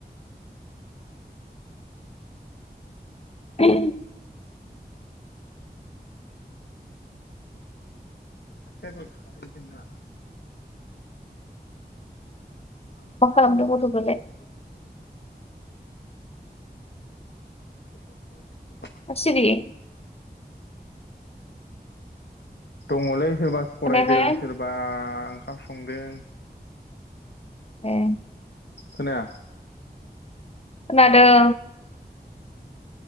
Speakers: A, on the left; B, on the left.
A: <unintelligible>
B: आसे थैदि ना <inaudible> लुनानै
A: मा खालामदों
B: सिखारनायजों
A: गथ'फ्रालाय
B: बेखौ फैनायजों सबा फनि <unintelligible>
A: मा सिरि?
B: दङलै सोरबा फरायदों
A: खोनायाखै
B: सोरबा ओंखाम संदों
A: ए
B: खोनाया
A: खोनादों